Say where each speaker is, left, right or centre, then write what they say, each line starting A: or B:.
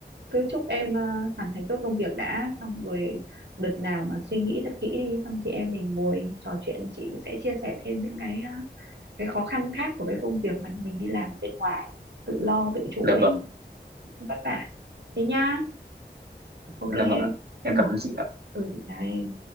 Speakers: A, on the right; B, on the right.
A: cứ chúc em à, hoàn thành tốt công việc đã xong rồi đợt nào mà suy nghĩ thật kỹ đi xong chị em mình ngồi trò chuyện chị sẽ chia sẻ thêm những cái à, cái khó khăn khác của cái công việc mà mình đi làm bên ngoài tự lo tự chủ
B: dạ
A: ấy
B: vâng
A: cũng vất vả thế nhá ok
B: dạ vâng
A: em
B: ạ em
A: ừ
B: cảm ơn chị
A: ừ chị chào em